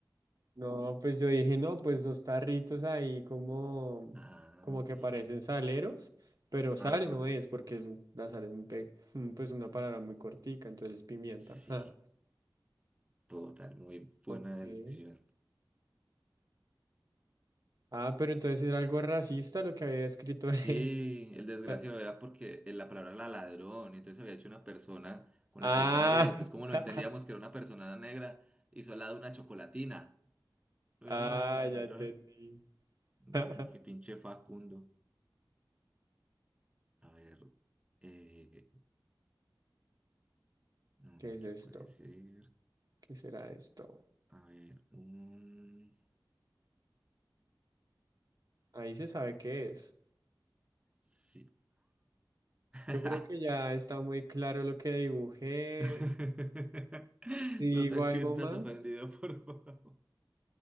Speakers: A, on the right; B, on the right.
A: No, pues yo dije, no, pues dos tarritos ahí como,
B: Ah,
A: como que
B: bien.
A: parecen saleros, pero sal
B: Ajá.
A: no es, porque es, un- la sal es un pe- <laughs> pues una palabra muy cortica, entonces es pimienta.
B: Sí,
A: ja.
B: total, muy buena
A: Ok.
B: deducción.
A: Ah, pero entonces era algo racista lo que había escrito.
B: Sí,
A: ahí.
B: el desgraciado
A: <laughs>
B: era porque eh, la palabra era ladrón, y entonces había hecho una persona con
A: Ah,
B: la carita negra y después como no
A: <laughs>
B: entendíamos que era una persona negra, hizo al lado una chocolatina. No
A: ah,
B: era una ventana,
A: ya entendí.
B: era una- Entonces
A: <laughs>
B: como que pinche Facundo. A ver, eh, mm,
A: ¿Qué es
B: ¿qué
A: esto?
B: puede ser?
A: ¿Qué será esto?
B: A ver, un...
A: Ahí se sabe qué es.
B: Sí. <laughs>
A: Yo creo que ya está muy claro lo que dibujé.
B: <laughs>
A: ¿Digo
B: No te sientas
A: algo más?
B: ofendido, <laughs> por favor.